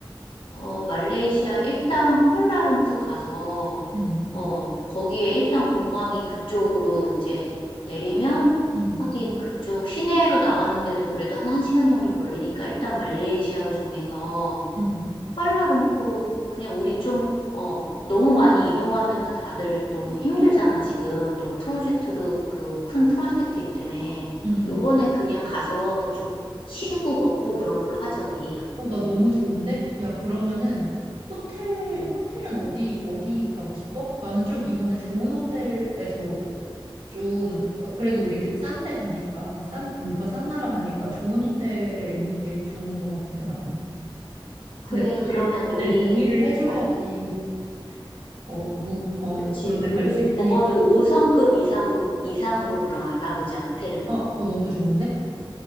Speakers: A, on the left; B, on the right.
A: 어, 말레이시아 일단 쿠알라룸푸 가서
B: 응,
A: 어, 거기에 일단 공항이 그쪽으로 이제 내리면
B: 응,
A: 하긴 그쪽 시내로 나가는데도 그래도 한 1시간 정도 걸리니까 일단 말레이시아로 정해서
B: 응.
A: 쿠알라룸푸 그냥 우리 좀 어, 너무 많이 이동하면은 다들 너무 힘들잖아, 지금. 너 프로젝트도 그 큰 프로젝트 있다며.
B: 응.
A: 요번엔 그냥 가서 좀 쉬고 먹고 그런 걸로 하자, 우리.
B: 어, 나 너무 좋은데? 야, 그러면은 호텔
A: 음.
B: 호텔은 어디 어디 가고 싶어? 나는 좀 이번에 좋은 호텔에서 좀 그래도 우리 이제 싼 데 가니까 싼 물가 싼 나라 가니까 좋은 호텔에 있는 게 좋은 것 같은데 나는.
A: 그래,
B: 근데 다들,
A: 그러면 우리,
B: 다들 동의를 해줘야지
A: 어,
B: 어, 무, 어
A: 그치.
B: 그런 데
A: 우리
B: 갈 수 있으니까.
A: 적어도 5성급 이상으로, 이상으로 그럼 알아보자, 호텔은.
B: 아, 어, 너무 좋은데?